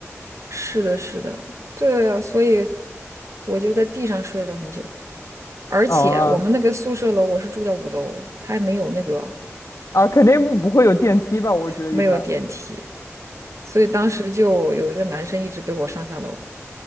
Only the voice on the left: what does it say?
哦
啊，肯定不会有电梯吧？我觉得一般。